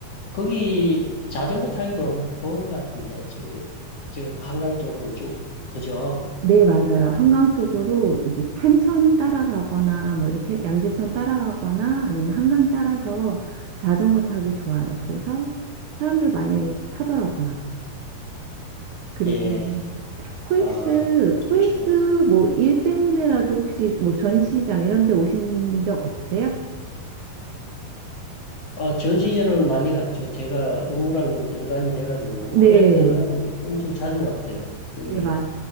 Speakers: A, on the left (about 50°); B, on the right (about 70°).
A: 거기 자전거 타기도 좋은 것 같은데, 저기, 지금 한강 쪽으로 쭉, 그죠?
B: 네, 맞아요. 한강 쪽으로 이게 탄천 따라가거나 뭐 이렇게 양재천 따라가거나 아니면 한강 따라서 자전거 타기 좋아요. 그래서 사람들 많이 타더라고요. 그리고
A: 예,
B: 코엑스,
A: 아, 좋죠.
B: 코엑스 뭐 일 때문에라도 혹시 뭐 전시장 이런 데 오신 적 없으세요?
A: 어, 전 시즌은 많이 갔죠. 제가 업무랑 좀 연관이 돼가지고,
B: 네.
A: 코엑스는 엄청 자주 갔어요. 여기
B: 네, 맞아요.